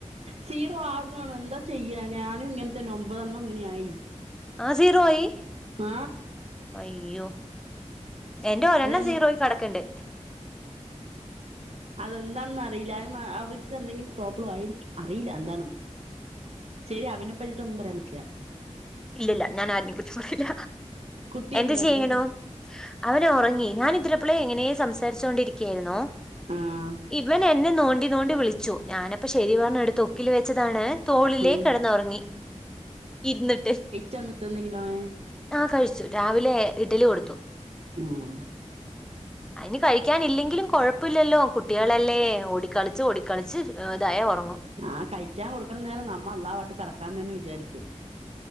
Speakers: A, on the right (about 60°); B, in the centre.
A: സീറോ ആകാണ് എന്താ ചെയ്യാ ഞാനും ഇങ്ങൻത്തെന്നെ ഒമ്പതെണ്ണം ഇങ്ങനെയായി
B: ആ സീറോ ആയി
A: ആ
B: അയ്യോ എന്റെ ഒരെണ്ണം
A: അതെ
B: സീറോയി കെടക്ക്ണ്ട്
A: അതെന്താണെന്നറിയില്ല അവർക്ക് എന്തെങ്കിലും പ്രോബ്ലം ആയിരിക്കും അറിയില്ല എന്താണെന്ന് ശെരി അവനെപ്പറ്റിട്ടൊന്നും പറയാൻ പറ്റില്ല
B: ഇല്ലല്ല ഞാൻ ആരേം കുറിച്ച് പറീല
A: കുട്ടി
B: എന്ത്
A: കാട്ടണ്
B: ചെയ്യണു അവനൊറങ്ങി ഞാനിത്ര പിളേ ഇങ്ങനേ സംസാരിച്ചോണ്ടിരിക്കേരുന്നോ
A: ആഹ്
B: ഇവൻ എന്നേ നോണ്ടി ഞ്ഞോണ്ടി വിളിച്ചു ഞാനപ്പശരി പറഞ്ഞ് എടുത്ത് ഒക്കില് വെച്ചതാണ് തോളിലേ
A: ഉം
B: കിടന്നുറങ്ങി ഇരുന്നിട്ട്
A: ചെന്നിട്ട് എന്തെങ്കിലോ വേ
B: ആ കഴിച്ചു രാവിലെ ഇഡലി കൊടുത്തു
A: ഉം
B: അയിന് കഴിക്കൻ ഇല്ലെങ്കിലും കൊഴപ്പില്ലല്ലോ കുട്ടികളല്ലേ ഓടിക്കളിച്ച് ഓടിക്കളിച്ച് ഇതായെ ഒറങ്ങു
A: ആ കഴിക്കാൻ കൊടുക്കണ നേരം നമ്മ അള്ളാവാട്ട് കെടക്കാന്നന്നെ വിചാരിക്കും